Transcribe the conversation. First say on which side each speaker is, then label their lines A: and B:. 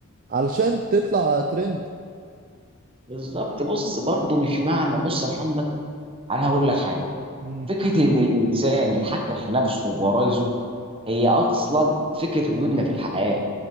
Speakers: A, on the right; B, on the right.
A: علشان تطلع ترند
B: بالظبط بص برضه مش معنى بص يا محمد انا هقول لك حاجه
A: امم
B: فكره ان الانسان يتحكم في نفسه وفي غرايزه هي اصلا فكره وجودنا في الحياه